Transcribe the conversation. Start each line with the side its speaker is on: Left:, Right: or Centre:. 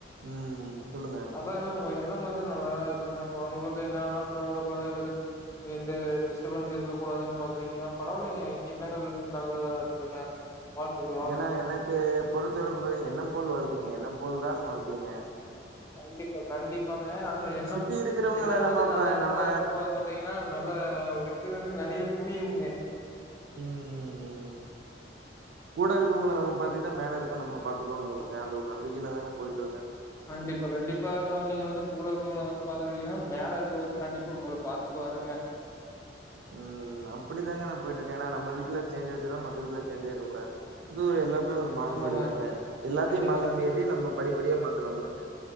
Right: ம் சொல்லுங்க
Left: அதாங்க உங்க எண்ணம் வந்து நல்லாதா இருக்குங்க இப்போ உங்களுக்கு என்ன ஆனாலு பரவாயில்ல கொழந்தைகளுக்கு எந்த எ டிஸ்டர்பன்ஸ்ஸு இருக்கக் கூடாதுன்னு பாக்குறீங்க பரவாயில்லைங்க எண்ணங்கள் நல்லதா இருக்குங்க வாழ்த்துக்கள் வாழ்த்துக்கள்ங்க
Right: ஏன்னா எனக்கு பொறுத்தளவுக்கு ப எண்ணம் போல் வாழ்க்கைங்க எண்ணம் போல் தான் வாழ்க்கைங்க
Left: கண்டிப்பா கண்டிப்பாங்க அந்த எண்ணம்
Right: சுத்தி இருக்கிறவங்கள
Left: எண்ணம்
Right: நம்ம
Left: வந்து
Right: இப்ப
Left: நல்ல எண்ணங்களா
Right: நம்ம
Left: இருக்கும் போது பாத்தீங்கன்னா நல்ல வெற்றி வந்து நெறைய புன்னியம்க
Right: ம் ம் ம் கூட இருக்கவங்கள நம்ம பாத்தக்கிட்டா மேல இருக்கவ நம்மள பாத்துக்குவானுல்லிங்க அந்த ஒரு நம்பிக்கையில தாங்க போயிட்டு இருக்கே
Left: கண்டிப்பா கண்டிப்பா நீங்க வந்து கூட இக்கவங்கள யாராச்சி பாத்துக்கிட்டீங்கன்னா மேல இருக்க ஒருத்த கண்டிப்பா உங்கள பாத்துக்குவா பாருங்க
Right: ம் ம் அப்படித்தா நா போயிட்டு இருக்கே என்னா நம்ம வீட்டுல சேஞ்சாயிடுச்சினா மத்த வீட்ல சேஞ்சாயிடும்ல இது ஒரு எல்லாம் எல்லா ஒரு மாறுபாடு
Left: ஆமாங்க
Right: தாங்க எல்லாத்தையும்
Left: கண்டிப்பா
Right: மாத்த
Left: கண்டி
Right: முடியாட்டியு நம்ம படிப்படியா மாத்தலாம்லங்க